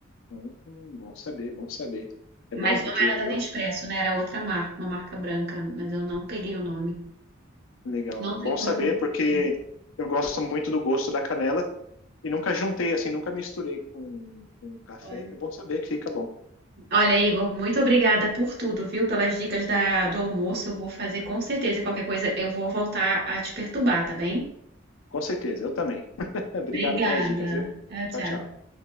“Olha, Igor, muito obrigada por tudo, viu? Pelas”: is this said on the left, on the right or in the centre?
Right